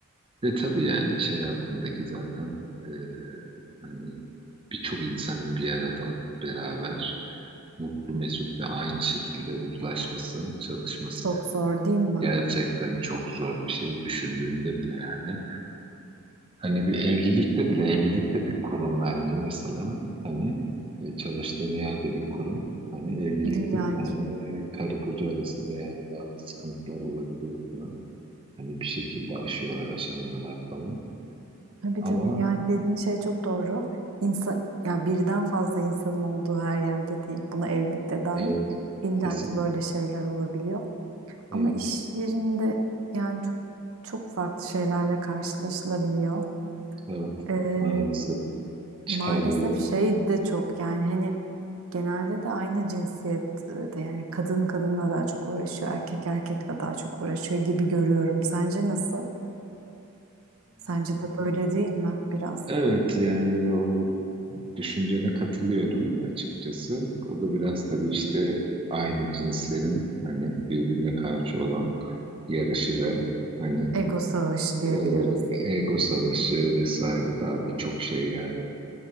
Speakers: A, on the right; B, on the right.
A: Ve tabii yani iş hayatındaki zaten e, hani birçok insanın bir arada beraber mutlu mesut ve aynı şekilde uzlaşması, çalışması
B: çok
A: yani
B: zor değil mi?
A: gerçekten çok zor bir şey düşündüğünde bile yani. Hani bir evlilikte bile evlilik de bir kurum bence mesela. Hani e, çalıştığın yerde bir kurum. Hani evlilikte
B: İlla
A: bile hani
B: ki.
A: karı koca arasında yani bazı sıkıntılar olabiliyor falan. Hani bir şekilde aşıyorlar, aşamıyorlar falan.
B: Tabii
A: Ama
B: tabii yani dediğin şey çok doğru. İnsan, ya birden fazla insanın olduğu her yerde değil. Buna evlilik de dahil.
A: evet,
B: illaki
A: kesinlikle.
B: ki böyle şeyler olabiliyor.
A: Evet,
B: Ama iş yerinde yani çok çok farklı şeylerle karşılaşılabiliyor.
A: evet.
B: Ee,
A: Maalesef çıkarları.
B: maalesef şey de çok yani hani genelde de aynı cinsiyette yani kadın kadınla daha çok uğraşıyor, erkek erkekle daha çok uğraşıyor gibi görüyorum. Sence nasıl? Sence de böyle değil mi biraz?
A: Evet yani o düşüncene katılıyorum açıkçası. O da biraz tabii işte aynı cinslerin hani birbirine karşı olan yarışı ve hani
B: Ego savaşı diyebiliriz.
A: e, ego savaşı vesaire daha birçok şey yani.